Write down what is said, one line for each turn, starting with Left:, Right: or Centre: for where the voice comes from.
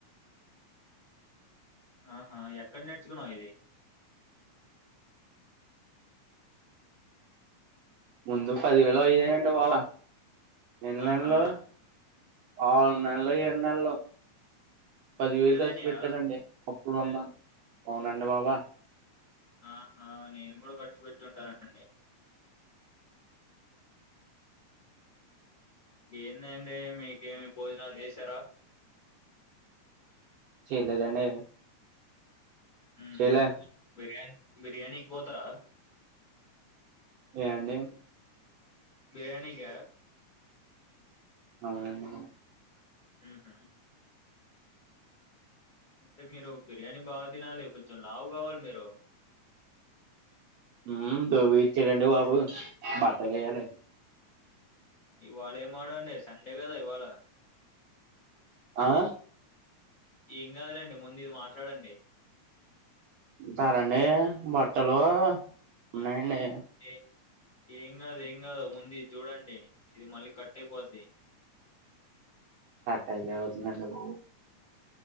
Left: ఆహా ఎక్కడ నేర్చుకున్నావ్ ఇది
Right: ముందు పదివేలు అయ్యాయండి బాబ వెళ్లాల్లో
Left: ఆహా!
Right: ఆ నల్లగ ఎండల్లో పదివేలు తెచ్చి
Left: అయినయా?
Right: పెట్టానండి ఇప్పుడు వంద అవునండి బాబు ఆ
Left: ఆహా నేను కూడా ఖర్చు పెట్టివుంటానండి ఏంది అండి మీకేమి భోజనాలు చేసారా
Right: చేయలేదండి
Left: ఊమ్
Right: చేయలే
Left: బిర్యాని బిర్యానీ పోతార
Right: ఏండి
Left: బిర్యానీ క
Right: అవునండి
Left: ఉహు అంటే మీరు బిర్యానీ బాగా తినాలి కొంచెం లావు కావాలి మీరు
Right: ఊ దోబీ ఇచ్చాడండి బాబు బట్టలు వేయాలి
Left: ఇవాళ ఏమాడండి సండే కదా ఇవాళ
Right: ఆ
Left: ఏం కాదులేండి ముందు ఇది మాట్లాడండి
Right: ఇత్తర అండి బట్టల్ హలో ఉన్నాయండి
Left: ఏ ఏం కాదు ఏం కాదు ముందు ఇది చూడండి ఇది మళ్ళీ కట్ అయిపోద్ది
Right: తేలే అయితుంది అండి బాబు